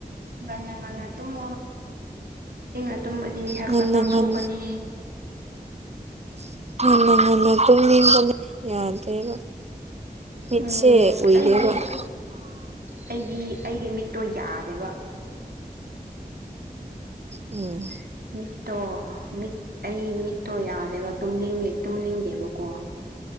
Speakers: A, on the right; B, on the right.
A: ꯉꯟꯅ ꯉꯟꯅ ꯇꯨꯝꯃꯣ <unintelligible> <unintelligible> ꯍꯛꯆꯥꯡ
B: ꯉꯟꯅ ꯉꯟ
A: ꯁꯣꯛꯀꯅꯤ
B: <unintelligible> ꯉꯟꯅ ꯉꯟꯅ ꯇꯨꯝꯅꯤꯡꯕꯅꯤ ꯌꯥꯗꯦꯕ ꯃꯤꯠꯁꯦ
A: ꯎꯝ
B: ꯎꯏꯔꯦꯕ
A: ꯑꯩꯗꯤ
B: <unintelligible> ꯁꯥ
A: ꯑꯩꯗꯤ ꯑꯩꯒꯤ ꯃꯤꯠꯇꯣ ꯌꯥꯗꯦꯕ
B: ꯎꯝ
A: <unintelligible> ꯇꯣ ꯃꯤꯠ ꯑꯩ ꯃꯤꯠꯇꯣ ꯌꯥꯗꯦꯕ ꯇꯨꯝꯅꯤꯡꯉꯦ ꯇꯨꯝꯅꯤꯡꯗꯦꯕꯀꯣ